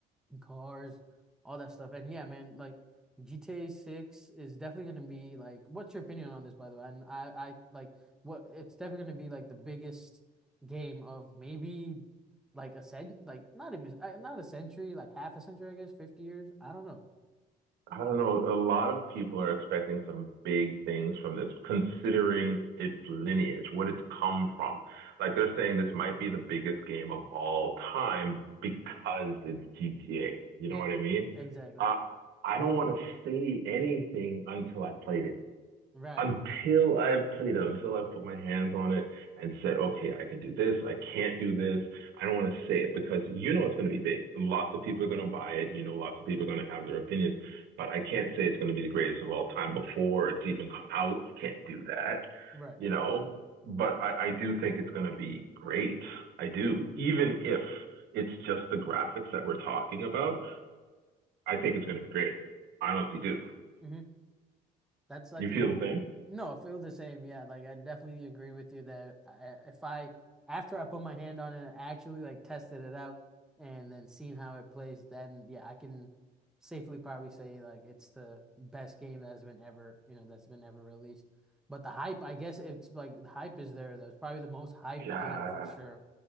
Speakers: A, in the centre; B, on the right.
A: cars, all that stuff. And yeah, man, like GTA 6 is definitely going to be like, what's your opinion on this, by the way? And I, I like what it's definitely going to be like the biggest game of maybe like a cent, like not even uh, not a century, like half a century, I guess, 50 years. I don't know.
B: I don't know. A lot of people are expecting some big things from this, considering its lineage, what it's come from. Like they're saying this might be the biggest game of all time because it's GTA. You
A: Yeah,
B: know what I mean?
A: exactly.
B: Uh, I don't want to say anything until I played it
A: Right,
B: until I've played it, until I've put my hands on it and said, okay, I can do this, I can't do this. I don't want to say it because you know it's going to be big. Lots of people are going to buy it. You know, lots of people are going to have their opinions, but I can't say it's going to be the greatest of all time before it's even come out. You can't do that,
A: right.
B: you know, but I, I do think it's going to be great. I do. Even if it's just the graphics that we're talking about, I think it's going to be great. I honestly do.
A: Mhm. That's I
B: You
A: think
B: feel the same?
A: no, I feel the same. Yeah, like I definitely agree with you that I, if I after I put my hand on it, I actually like tested it out and then seen how it plays, then yeah, I can safely probably say like it's the best game that's been ever, you know, that's been ever released. But the hype, I guess it's like the hype is there though. It's probably the most hyped
B: Yeah,
A: game for sure